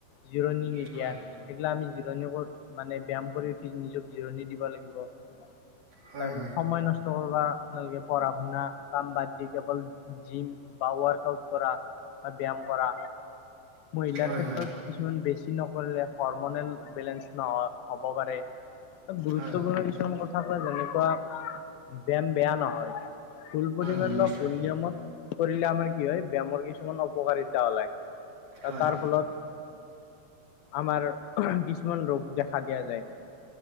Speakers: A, on the left; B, on the right.
A: জিৰণি নিদিয়া,
B: হয়
A: সেইগিলা আমি জিৰণি ক'ত মানে ব্যায়াম কৰি উঠি নিজক জিৰণি দিব লাগিব, তাৰপিছত
B: হয় হয় হয়
A: সময় নষ্ট তোৰ পঢ়া শুনা কাম বাদ দি কেৱল জিম বা ৱক আউট কৰা। বা ব্যায়াম কৰা, মহিলাৰ
B: হয়
A: ক্ষেত্ৰত
B: হয় হয়
A: কিছুমান বেছি নকৰিলে। পাৰমেন্তত বেলেঞ্চ ন হব পাৰে গুৰুত্বপূৰ্ণ
B: হয়
A: কিছুমান কথ থাকে যেনেকুৱা ব্যায়াম বেয়া নহয়, ফুল পৰিমাণ
B: হয় নিশ্চয়
A: বা ফুল নিয়মত। কৰিলে আমাৰ কি হয় ব্যায়ামৰ কিছুমান অপকাৰিতা ওলায়,
B: হয়
A: আৰু তাৰ ফলত আমাৰ কিছুমান ৰোগ দেখা দিয়া যায়।